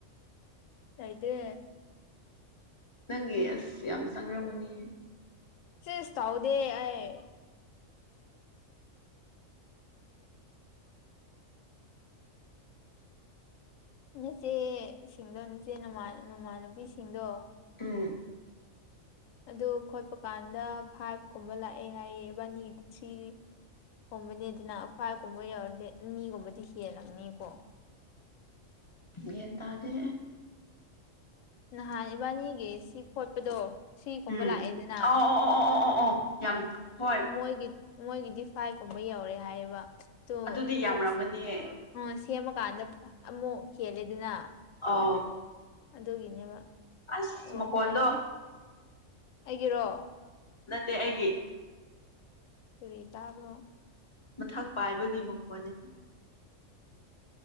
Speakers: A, on the left; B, on the left.
A: ꯑꯥꯏꯗꯦ
B: ꯅꯪꯒꯤ ꯑꯁ ꯌꯥꯝ ꯆꯪꯔꯝꯃꯨꯅꯤꯌꯦ
A: ꯁꯤꯁ ꯇꯥꯎꯗꯦ ꯑꯩ ꯅꯆꯦ ꯁꯤꯡꯗꯣ ꯅꯆꯦ ꯅ ꯃꯃꯥꯟꯅꯨꯕꯤꯁꯤꯡꯗꯣ
B: ꯎꯝ
A: ꯑꯗꯨ ꯈꯣꯠꯄ ꯀꯥꯟꯗ ꯐꯥꯏꯚ ꯀꯨꯝꯕ ꯂꯥꯛꯑꯦ ꯍꯥꯏꯌꯦ ꯕꯥꯅꯤꯗꯤ ꯊ꯭ꯔꯤ ꯍꯣꯕꯅꯦ ꯑꯗꯨꯅ ꯑꯐꯀꯨꯝꯕ ꯌꯥꯎꯔꯗꯤ ꯃꯤꯒꯨꯝꯕꯗꯤ ꯍꯦꯜꯂꯝꯅꯤꯀꯣ
B: ꯌꯦꯟ ꯇꯗꯦ
A: ꯅꯍꯥꯟ ꯏꯕꯥꯅꯤꯒꯤ ꯁꯤ ꯈꯣꯠꯄꯗꯣ ꯁꯤꯒꯨꯝꯕ
B: ꯎꯝ
A: ꯂꯥꯛꯑꯦꯗꯅ
B: ꯑꯣ ꯑꯣ ꯑꯣ ꯑꯣ ꯑꯣ ꯑꯣ ꯑꯣ ꯌꯥꯝ ꯍꯣꯏ
A: ꯃꯣꯏꯒꯤ ꯃꯣꯏꯒꯤꯗꯤ ꯐꯥꯏꯚ ꯀꯨꯝꯕ ꯌꯧꯔꯦ ꯍꯥꯏꯌꯦꯕ ꯇꯣ
B: ꯑꯗꯨꯗꯤ
A: ꯑꯃꯨꯛ
B: ꯌꯥꯝꯔꯝꯒꯅꯤꯌꯦ
A: <unintelligible> ꯁꯦꯝꯃꯀꯥꯟꯗ ꯑꯃꯨꯛ ꯍꯦꯜꯂꯦ ꯑꯗꯨꯅ
B: ꯑꯧ
A: ꯑꯗꯨꯒꯤꯅꯦꯕ
B: ꯑꯁ
A: ꯑꯣꯏꯔꯗꯤ
B: ꯃꯈꯀꯣꯟꯗꯣ
A: ꯑꯩꯒꯤꯔꯣ
B: ꯅꯠꯇꯦ ꯑꯩꯒꯤ
A: ꯐꯔꯤ ꯇꯥꯕ꯭ꯔꯣ
B: ꯃꯊꯥꯛ ꯄꯥꯏꯕꯒꯤ ꯃꯈꯣꯟꯅꯤꯅ